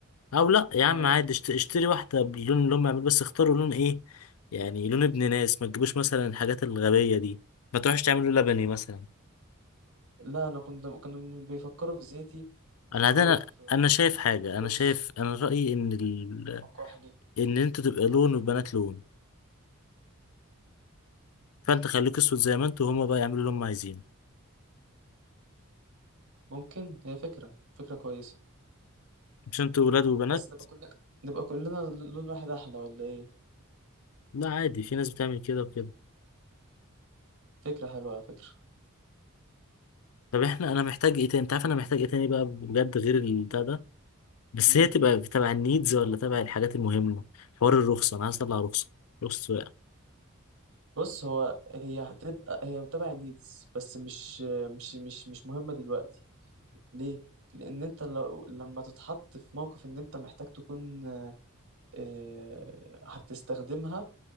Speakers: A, on the left; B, on the right.
A: او لا يا
B: ما...
A: عم عادي اشت- اشتري واحده باللون اللي هم يعملوا بس اختاروا لون ايه يعني لون ابن ناس ما تجيبوش مثلا الحاجات الغبيه دي ما تروحش تعملوا لبني مثلا
B: لا أنا كنت كانوا بيفكروا في زيتي بيفكروا
A: انا ده انا
B: في
A: انا شايف حاجه
B: بيج
A: انا شايف انا رايي ان ال...
B: أو كحلي
A: ان انتوا تبقى لون والبنات لون فانت خليك اسود زي ما انتوا وهما بقى يعملوا اللي هم عايزينه
B: ممكن هي فكرة فكرة كويسة
A: مش انتوا ولاد وبنات
B: بس نبقى كلنا نبقى كلنا لون واحد احلى ولا ايه
A: لا عادي في ناس بتعمل كده وكده
B: فكرة حلوة على فكرة
A: طب احنا انا محتاج ايه تاني انت عارف انا محتاج ايه تاني بقى بجد غير البتاع ده بس
B: امم
A: هي تبقى تبع النيدز ولا تبع الحاجات المهمة حوار الرخصة أنا عايز أطلع رخصة رخصة سواقة
B: بص هو هي هتبقى هي تبع النيدز بس مش مش مش مش مهمة دلوقتي ليه؟ لأن أنت لو لما تتحط في موقف إن أنت محتاج تكون آه، هتستخدمها